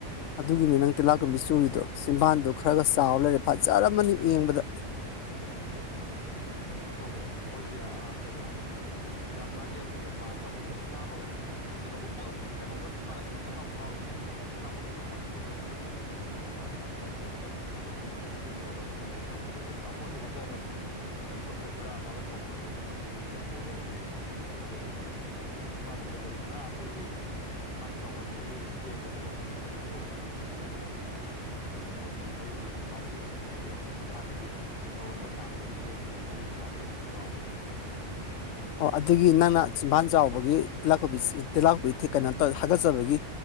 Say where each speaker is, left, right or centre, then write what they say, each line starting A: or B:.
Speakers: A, on the left (about 80°); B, on the left (about 45°).
A: ꯑꯗꯨꯒꯤꯅꯤ ꯅꯪ ꯇꯤꯜꯂꯥꯀꯨꯝꯕꯤ ꯆꯨꯔꯤꯗꯣ ꯆꯤꯝꯕꯥꯟꯗꯣ ꯈꯔꯒ ꯆꯥꯎ ꯂꯩꯔꯦ ꯐꯖꯔꯝꯃꯅꯤ ꯌꯦꯡꯕꯗ
B: ꯎꯝ ꯀꯩꯅꯣ ꯇꯧꯕꯋꯦ ꯑꯈꯣꯏꯒꯤ ꯑꯥ ꯀꯦꯕ ꯑꯥ ꯌꯥꯝ ꯃꯥꯒꯤ ꯌꯥꯝ ꯊꯨꯅ ꯄꯥꯟꯕꯕꯨ ꯍꯦꯛ ꯆꯥꯕꯒꯅ ꯍꯦꯛ ꯇꯛꯑꯅ ꯍꯨꯛꯄꯒ ꯀꯩꯅꯣꯃ ꯆꯤꯃꯥꯟꯅ ꯀꯩꯅꯣꯝ ꯇꯛꯂꯥꯎ ꯐꯥꯎꯔꯕꯅꯦꯕ ꯍꯥꯀꯠ ꯆꯥꯄꯣꯏ ꯂꯥꯛꯄꯣꯏ ꯀꯩꯅꯣꯝꯃ ꯑꯗꯨꯒ ꯌꯥꯝ ꯊꯨꯅꯅꯦ ꯇꯝ ꯇꯝ ꯇꯝ ꯇꯝ ꯇꯝ ꯇꯝ ꯆꯥꯎꯈꯠꯄ ꯀꯩꯝ ꯇꯧꯗꯦ ꯌꯨꯝ ꯌꯧꯔꯀꯥꯟꯗ ꯃꯨꯛ ꯍꯦꯟꯅ ꯆꯥꯎꯈꯠꯂꯏꯕ ꯄꯥ ꯍꯣꯠꯇꯤ ꯍꯣꯆꯗꯔꯝꯅꯦ ꯉꯛꯁꯝꯗ ꯈꯔ ꯑꯃꯒ ꯄꯣꯝꯈꯠꯂꯦ ꯑꯗꯨꯝ ꯑꯩꯖꯦ ꯏꯔꯨ ꯖꯊꯣꯎꯔꯕꯅꯦ ꯑꯗꯨ ꯀꯅꯣꯒ ꯍꯧꯖꯤꯛꯅ ꯆꯤꯝꯕꯥꯥꯟꯗꯤ ꯐꯖꯔꯤꯞ ꯄꯨꯔꯥ ꯑꯈꯣꯏꯒꯤ ꯆꯤꯝꯕꯥꯟ ꯆꯥꯎꯍꯟꯕꯒꯤ ꯍꯨꯖꯤꯛ ꯁꯦꯝꯕꯗꯣ ꯑꯗꯨꯃꯥꯏꯅ ꯇꯧꯗꯅ ꯍꯧꯖꯤꯛ ꯐꯠ ꯥꯖꯔꯤ ꯍꯨꯖꯤꯛ ꯅꯩꯕꯤꯅꯦ ꯑꯩ ꯍꯨꯖꯤꯛ ꯆꯤꯝꯕꯥꯟꯖꯦ ꯍꯨꯖꯤꯛ ꯀꯃꯥꯏ ꯇꯩꯅꯣ ꯈꯪꯗꯦ ꯍꯥꯟꯅꯒꯤ ꯆꯥꯎꯔꯝꯕ ꯆꯥꯡꯗꯒꯤ ꯁꯔꯨꯛꯅꯦ ꯃꯔꯤ ꯃꯉꯥ ꯍꯦꯜꯂꯦ ꯆꯥꯎꯕ
A: ꯑꯣ ꯑꯗꯨꯒꯤ ꯅꯪꯅ ꯆꯤꯝꯕꯥꯥꯟ ꯆꯥꯎꯕꯒꯤ ꯇꯤꯂꯥꯀꯨꯝꯕꯤ ꯇꯤꯜꯂꯥꯀꯨꯝꯕꯤ ꯊꯤ ꯀꯩꯅꯣ ꯇꯧ ꯍꯥꯒꯠꯆꯕꯒꯤ